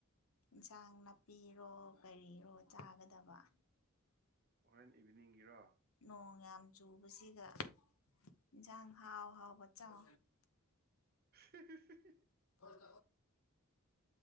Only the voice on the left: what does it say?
ꯏꯟꯁꯥꯡ ꯅꯥꯄꯤꯔꯣ ꯀꯔꯤꯔꯣ ꯆꯥꯒꯗꯕ
ꯅꯣꯡ ꯌꯥꯝ ꯆꯨꯕꯁꯤꯒ ꯏꯟꯁꯥꯡ ꯍꯥꯎ ꯍꯥꯎꯕ ꯆꯪ
ꯐꯣꯏ <inaudible>